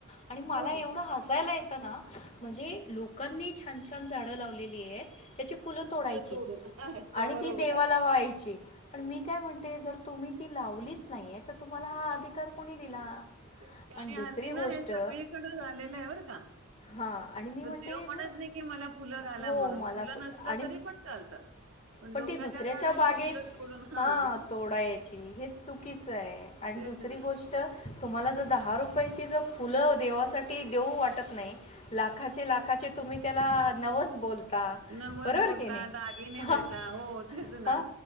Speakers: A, on the left; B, on the right.
A: आणि मला
B: बरं.
A: एवढं हसायला येतं ना. म्हणजे लोकांनी छान छान! झाडं लावलेली आहेत. त्याची फुलं तोडायची,
B: तोडून अच्छा
A: आणि
B: बरोबर
A: ती देवाला
B: आहे.
A: व्हायची. पण मी काय म्हणते, जर तुम्ही ती लावलीच नाहीये तर तुम्हाला हा अधिकार कोणी दिला.
B: तेच की
A: आणि दुसरी
B: हल्ली
A: गोष्ट
B: ना हे सगळीकडे झालेलं आहे बरं का.
A: हा आणि मी म्हण
B: देव
A: जर
B: म्हणत नाही की मला फुलं घाला
A: हो,
B: म्हणून
A: मला
B: फुलं
A: पण
B: नसलं
A: आणि
B: तरी पण चालतात.
A: पण
B: लोकाच्या
A: ती दुसऱ्याच्या
B: झाडांची
A: बागेत
B: फुलं तोडून हां.
A: हा तोडायची
B: ते
A: हेच चुकीचं आहे, आणि
B: तेच
A: दुसरी
B: ना
A: गोष्ट तुम्हाला जर दहा रुपयाची जर फुलं देवासाठी देऊ वाटत नाही, लाखाचे लाख खाचे तुम्ही त्याला नवस बोल ता
B: नवस
A: बरोबर
B: बोलता,
A: की नाही?
B: दागिने
A: ह
B: देता हो तेच
A: हा.
B: ना.